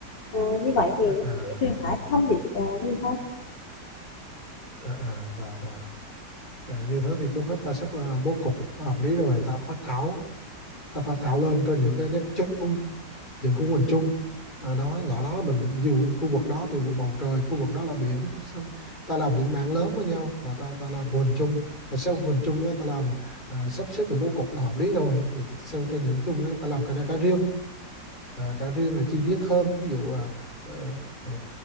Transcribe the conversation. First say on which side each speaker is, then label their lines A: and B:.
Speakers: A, on the left (about 75°); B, on the left (about 25°).
A: Ờ, như vậy thì
B: ừ.
A: nó
B: à, à,
A: sẽ truyền tải thông điệp ờ, nhiều hơn
B: à, à rồi rồi à, như thế thì trước hết ta sắp à, bố cục nó hợp lý rồi ta phát thảo ta phát thảo lên trên những cái nét chung những khu hình chung à, đó ngõ đó mình dù cái khu vực đó thì bầu trời khu vực đó là biển xong ta làm những mảng lớn với nhau và ta ta làm hình chung và sau hình chung đó ta làm à, sắp xếp được bố cục nó hợp lý rồi sau trên những chung đó, ta làm cái ra cái riêng à, cá riêng là chi tiết hơn ví dụ à, ờ, ờ,